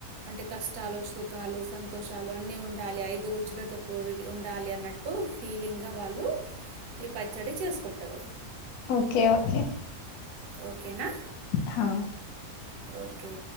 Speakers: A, on the right (about 80°); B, on the left (about 80°).
A: అంటే కష్టాలు సుఖాలు సంతోషాలు అన్ని ఉండాలి ఐదు రుచులతో కూడి ఉండాలి అన్నట్టు ఫీలింగ్ గ వాళ్ళు ఈ పచ్చడి చేసుకుంటారు
B: ఓకే ఓకే
A: ఓకేనా
B: హా
A: ఓకే